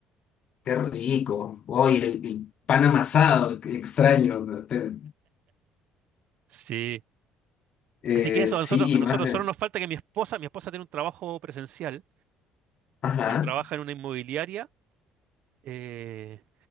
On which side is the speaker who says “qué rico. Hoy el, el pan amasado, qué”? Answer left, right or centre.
Left